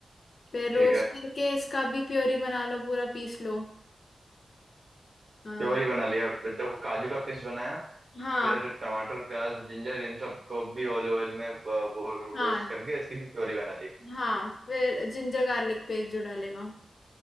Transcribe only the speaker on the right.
ठीक है
प्योरी बना लिया फिर देखो काजू का पेस्ट बनाया
फिर टमाटर प्याज जिंजर इन सबको भी ऑलिव ऑयल में अ, वो
रोस्ट करके इसकी भी प्योरी बना ली